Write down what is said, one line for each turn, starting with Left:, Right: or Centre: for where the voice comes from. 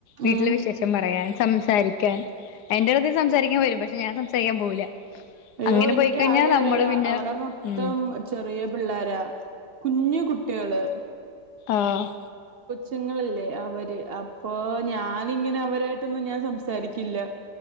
Left: വീട്ടിലെ
Right: ഉം
Left: വിശേഷം പറയാൻ സംസാരിക്കാൻ അയ്ന്റെറ അടുത്ത്ൽ സംസാരിക്കാൻ വെരും പക്ഷെ ഞാൻ സംസാരിക്കാൻ പോവില്ല
Right: അയ്യോ
Left: അങ്ങനെ
Right: എനിക്ക്
Left: പോയിക്കഴിഞ്ഞാ
Right: ആര
Left: നമ്മള്
Right: അറയിടെ
Left: പിന്നെ
Right: മൊത്തം
Left: ഉം
Right: ചെറ്യേയ പിള്ളോര കുഞ്ഞു കു കുട്യ. ടെംള്
Left: ആഹ്
Right: പ്രങ്ങളല്ലേ അവര് അപ്പൊ ഞാനിങ്ങനെ അവരായിട്ടൊന്നും ഞാൻ സംസാരിക്കില്ല